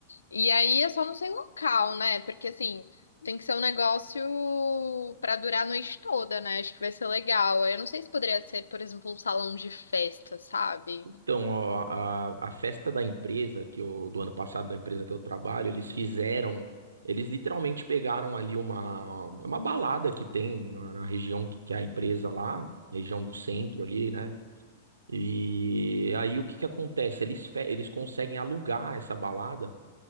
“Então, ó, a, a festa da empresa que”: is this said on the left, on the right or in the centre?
Right